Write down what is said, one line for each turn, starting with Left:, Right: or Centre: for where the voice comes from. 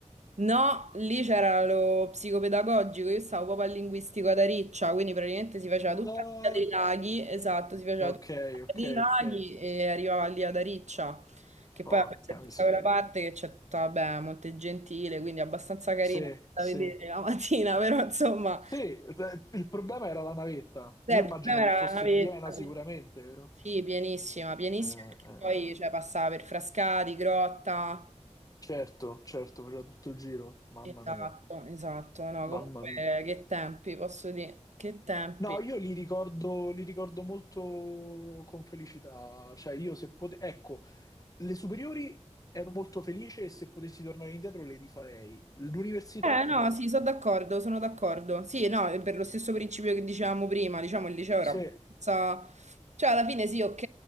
Right: No, lì c'era lo psicopedagogico, io stavo proprio al linguistico ad Ariccia, quindi praticamente si faceva
Left: Ah,
Right: tutta la via dei laghi, esatto, si faceva
Left: ok,
Right: tutta la
Left: ok,
Right: via dei laghi
Left: ok.
Right: e arrivava lì ad Ariccia, che
Left: Porca
Right: poi vabbè, c'è tutta
Left: miseria.
Right: quella parte che c'è tutta, vabbè, Montegentile, quindi abbastanza carina
Left: Sì,
Right: da
Left: sì.
Right: vedere la mattina, <laughs> però insomma,
Left: Sì, eh, il problema era la navetta. Io
Right: eh, il
Left: immagino
Right: problema era
Left: che fosse
Right: la navetta,
Left: piena sicuramente,
Right: sì.
Left: vero?
Right: Sì, pienissima, pienissima,
Left: Eh, eh,
Right: perché poi
Left: eh.
Right: cioè, passava per Frascati, Grotta,
Left: certo, certo, faceva tutto il giro. Mamma
Right: Esatto,
Left: mia,
Right: esatto, no,
Left: mamma
Right: comunque
Left: mia.
Right: che tempi, posso dire, che tempi.
Left: No, io li ricordo, li ricordo molto con felicità. Cioè, io se potevo... Ecco, Le superiori ero molto felice e se potessi tornare indietro le rifarei. L'università
Right: Eh no,
Left: no.
Right: sì, sono d'accordo, sono d'accordo. Sì, no, è per lo stesso principio che dicevamo prima, diciamo il liceo era
Left: Se,
Right: abbastanza... Cioè, alla fine sì, ok,